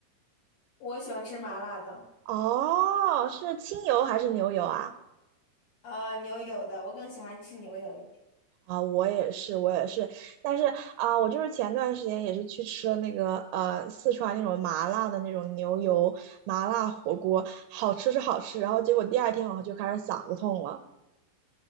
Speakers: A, on the left; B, on the right.
A: 我喜欢吃麻辣的。
B: 哦，是清油还是牛油啊？
A: 呃，牛油的，我更喜欢吃牛油一点。
B: 啊，我也是，我也是，但是啊，我就是前段时间也是去吃了那个呃四川那种麻辣的那种牛油麻辣火锅，好吃是好吃，然后结果第二天我就开始嗓子痛了。